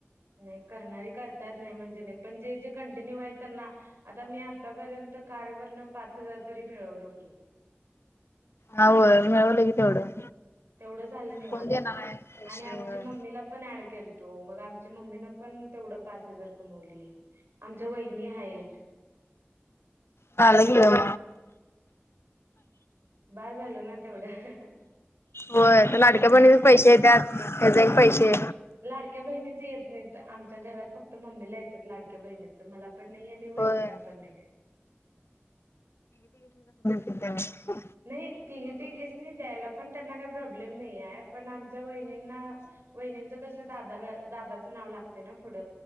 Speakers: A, on the right; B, on the left.
A: नाही करणारी करता नाही म्हणजे नाही पण जे जे कंटिन्यू आहे त्यांना आता मी आतापर्यंत कार्य वर्ण पाच हजार तरी मिळवलो की
B: होय मिळवले की तेवढं
A: तेवढं झालं निवत
B: कोण देणार
A: आणि
B: आहे पैसे
A: आमची
B: होय
A: मम्मीला पण ऍड केल. तो मग आमच्या मम्मीन पण तेवढं पाच हजार कमवली. आमच्या वहिनी आहेत.
B: झालं या म
A: बास झालं ना तेवढं.
B: होय
A: फक्त
B: लाडक्या बहिणीचा
A: कंटिन्यू
B: पैसे त्यात ह्याचे पैसे
A: लाडक्या बहिणीच येत नाही तर आमच्या घरात फक्त मम्मीला येतात लाडक्या बहिणीचं मला मला पण नाही आणि वहिनीला
B: होय
A: पण नाही.
B: हो.
A: नाही ती तघेस नाही द्यायला पण त्यांना काय प्रॉब्लेम. प्रॉब्लेम नाहीये पण आमच्या वहिनींना वहिनींचा कसा दादाला. नाव लागते ना पुढ